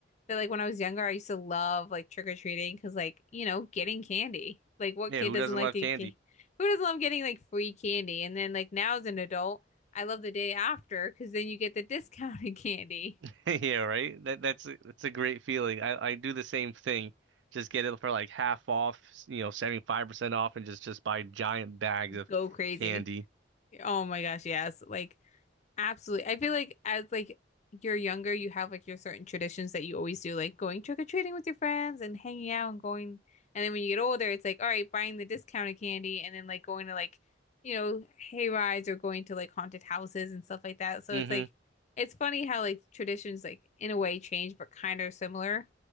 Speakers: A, on the left; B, on the right.
A: that like when I was younger, I used to love like trick-or-treating because like, you know, getting candy. Like what
B: Yeah,
A: kid
B: who
A: doesn't
B: doesn't
A: like
B: love
A: to
B: candy?
A: get candy? Who doesn't love getting like free candy? And then like now as an adult, I love the day after because then you get the <laughs> discounted candy.
B: <laughs> Yeah, right. That that's a- that's a great feeling. I I do the same thing. Just get it for like half off, you know, 75% off and just just buy giant bags of
A: Go crazy.
B: candy.
A: Oh my gosh, yes. Like Absolutely. I feel like as like you're younger, you have like your certain traditions that you always do, like going trick-or-treating with your friends and hanging out and going. And then when you get older, it's like, all right, buying the discounted candy and then like going to like, you know, hay rides or going to like haunted houses and stuff like that. So
B: hmm
A: it's like it's funny how like traditions like in a way change but kind of similar